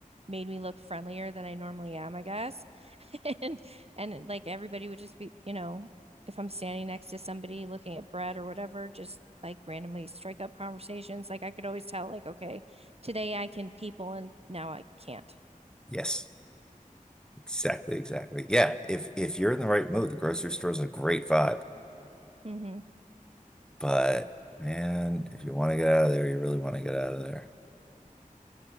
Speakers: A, on the right; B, in the centre.
A: made me look friendlier than I normally am, I guess. <laughs> And and like everybody would just be, you know, if I'm standing next to somebody looking at bread or whatever, just like randomly strike up conversations. Like I could always tell, like, okay, today I can people and now I can't.
B: Yes, exactly, exactly. Yeah, if if you're in the right mood, the grocery store is a great vibe.
A: Mm-hmm.
B: But man, if you want to get out of there, you really want to get out of there.